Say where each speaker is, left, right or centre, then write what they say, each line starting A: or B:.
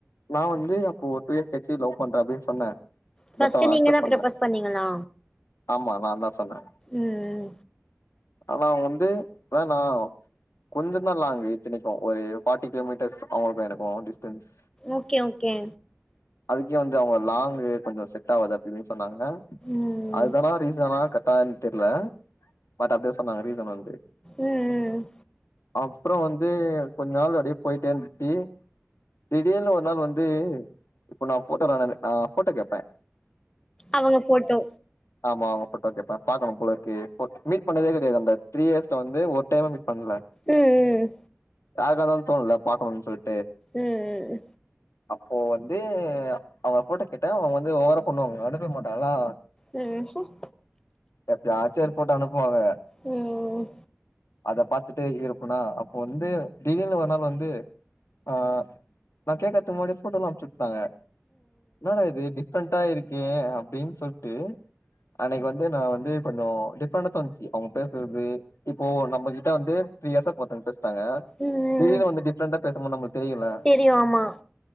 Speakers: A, on the left; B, on the left.
A: நா வந்து அப்போ டூ இயர் கிச்சு லவ் பண்றே அப்படின் சொன்னே
B: ஃபஸ்ட்டு
A: பட் அவங்க
B: நீங்க
A: அக்செப்ட்
B: தா
A: பண்ணல
B: ப்ரப்போஸ் பண்ணீங்களா
A: ஆமா நா தா சொன்னே
B: உம்
A: ஆனா அவுங்க வந்து வேணா கொஞ்சதா லாங்கு இத்தனைக்கு ஒரு ஃபாட்டி கிலோமீட்டர்ஸ் அவுங்களுக்கு எனக்கு டிஸ்டன்ஸ்
B: ஓகே ஓகே
A: அதுக்கே வந்து அவுங்க லாங்கு கொஞ்சோ செட் ஆகுது அப்டின்னு சொ சொன்னாங்க
B: ம்
A: அதல்லா
B: ம்
A: ரீசனா கன் பானி தெரில பட் அப்டியே சொன்னாங்க ரீசன் வந்து
B: ம் ம்
A: அப்றோம் வந்து கொஞ்ச நாள் அப்டியே போயிட்டே இருந்துச்சு திடீர்னு ஒரு நாள் வந்து இப்ப நா போட்டோ கான போட்டோ கேட்பேன்
B: அவங்க போட்டோ
A: ஆமா அவுங்க போட்டோ கேப்பா பாக்கணும் போல இருக்கு மீட் பண்ணதே கெட் டேது அந்த த்ரீ இயர்ஸ்ல வந்து ஒர்க் டைமா மீட் பண்ல
B: ம் ம்
A: யாருக்கருந்தாலும் தோண்னுல பாக்கணுன் சொல்லிட்
B: ம் ம்
A: அப்போ வந்து அவங்க போட்டோ கேட்ட அவங்க வந்து ஒவற பண்ணுவாங்க அனுப்பவே மாட்டாங்களா
B: ம் ஹும்
A: எப்பயாச்சு ஒரு போட்டோ அனுப்புவாங்க
B: ம்
A: அத பாத்துட்டு இருப்பனா அப்போ வந்து திடீர்னு ஒரு நாள் வந்து ஆ நா கேக்துக்கு முன்னாடியே போட்டோ எல்லாம் அமுச்சுட் டாங்க என்னட இது இப்டி டிப்ரண்டா இருக்கே அப்டின் சொல்லிட்டு அன்னைக்கு வந் தே நா வந்து கொஞ்ச டிப்ரண்டா தோணுச்சு அவுங்க பேசுறது இப்போ நம்ம கிட்ட வந்து த்ரீ இயர்ஸா டாங்க
B: ம்
A: திடீர்னு வந்து டிப்ரண்டா பேச போது நமளுக்கு தெரியுல
B: தெரியு ஆமா